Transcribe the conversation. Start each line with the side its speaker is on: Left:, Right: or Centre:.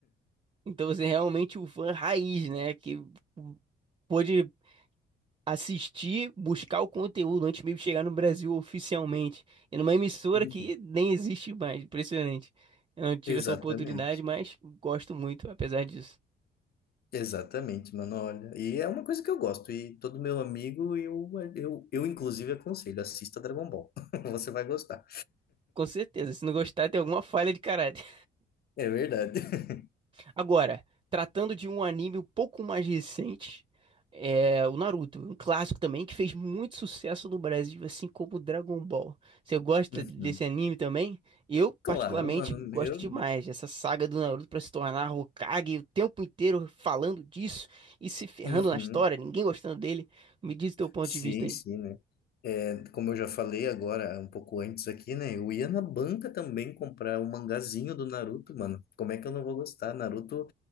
Right: então você é realmente o fã raiz, né? Que pôde assistir, buscar o conteúdo antes mesmo de chegar no Brasil oficialmente. E numa emissora
Left: Uhum.
Right: que nem existe mais, impressionante. Eu não tive
Left: Exatamente.
Right: essa oportunidade, mas gosto muito, apesar disso.
Left: Exatamente, mano, olha. E é uma coisa que eu gosto, e todo meu amigo, eu, eu, eu inclusive aconselho, assista Dragon Ball. <laughs> Você vai gostar.
Right: Com certeza, se não gostar, tem alguma falha de caráter.
Left: É verdade. <laughs>
Right: <laughs> Agora, tratando de um anime um pouco mais recente, é o Naruto, um clássico também que fez muito sucesso no Brasil, assim como o Dragon Ball. Você gosta
Left: Uhum.
Right: desse anime também? Eu,
Left: Claro,
Right: particularmente,
Left: mano,
Right: gosto
Left: meu
Right: demais dessa saga do Naruto para se tornar Hokage, o tempo inteiro falando disso e se ferrando
Left: Deus.
Right: na história, ninguém gostando dele. Me diz o teu ponto
Left: Sim,
Right: de vista aí.
Left: sim, né? É, como eu já falei agora, um pouco antes aqui, né? Eu ia na banca também comprar o mangazinho do Naruto, mano. Como é que eu não vou gostar? Naruto